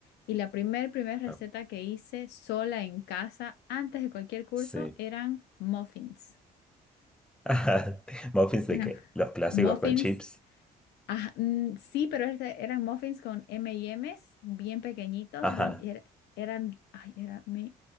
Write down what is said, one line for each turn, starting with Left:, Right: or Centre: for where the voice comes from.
Left: Y la primer, primer receta
Centre: ah,
Left: que hice sola en casa, antes de cualquier curso,
Centre: sí.
Left: eran muffins.
Centre: <laughs> Ajá. Muffins
Left: Eran
Centre: de qué?
Left: <laughs>
Centre: Los clásicos
Left: muffins,
Centre: con chips.
Left: ah, mm, sí, pero este- eran muffins con M&M's bien pequeñitos.
Centre: Ajá,
Left: re- era- eran, ay, era, me-